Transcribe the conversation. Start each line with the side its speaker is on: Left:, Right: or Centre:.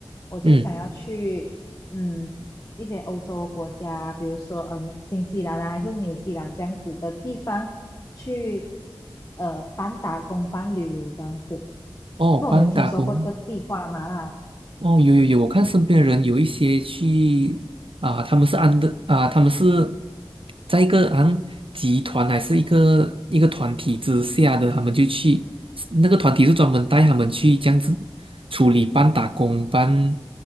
Left: 我就是想要去嗯一些欧洲的国家，
Right: 嗯，
Left: 比如说嗯新西兰啊，还是纽西兰这样子的地方去呃半打工半旅游这样子，
Right: 哦，
Left: 不懂有听说过这个计划吗啦？
Right: 帮打工
Left: 啊
Right: 哦，有有有，我看身边人有一些去啊、他们是安的啊、他们是在一个好像集团还是一个一个团体之下的，他们就去那个团体是专门带他们去这样子处理半打工半